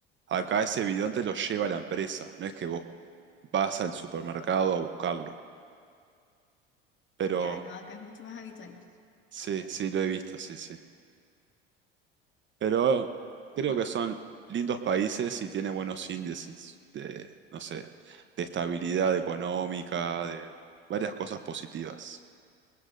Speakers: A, on the right; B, on the left.
A: Acá ese bidón te lo lleva la empresa, no es que vos vas al supermercado a buscarlo. Pero
B: Ya, no, acá es mucho más habitual.
A: sí, sí, lo he visto, sí, sí. Pero creo
B: O-
A: que son lindos países y tiene buenos índices de, no sé, de estabilidad económica, de varias cosas positivas.